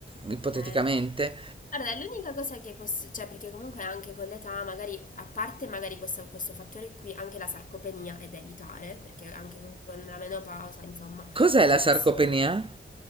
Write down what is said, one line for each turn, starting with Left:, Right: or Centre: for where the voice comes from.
Right: ipoteticamente.
Left: Okay. Allora, l'unica cosa che posso cioè perché comunque anche con l'età magari a parte magari questo questo fattore qui, anche la sarcopenia è da evitare, perché anche con la menopausa, insomma,
Right: Cos'è
Left: c'è
Right: la sarcopenia?
Left: questo